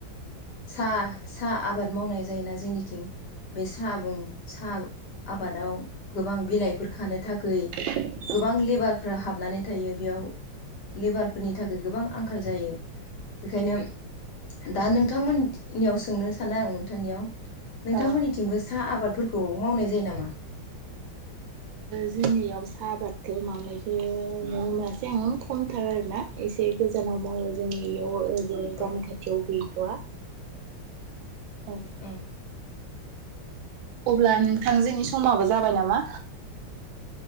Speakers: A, on the left; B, on the right.
A: सा सा आबाद मावनाय जायोना जोंनिथिं बे साह साहा आबादाव गोबां बिलाइफोर खानो थाखाय
B: <inaudible>
A: गोबां लेबारफ्रा हाबनानै थायो बेयाव लेबारफोरनि थाखाय गोबां आंखाल जायो बेखायनो दा नोंथांमोननियाव सोंनो सानो आं नोंथांनियाव नोंथांमोननिथिंबो
B: औ
A: साहा आबादफोरखौ मावनाय जायो नामा
B: जोंनियाव साहा आबादखौ मावानायखौ नुनो मोनासै आं खमथार आरोोना एसे गोजानाव मावो जोंनि बेयावओ ज
A: औ
B: गामि खाथियाव गैयैथ'आ औ
A: औओ
B: अब्ला नोंथांजोेनि समाबो जाबाय नामा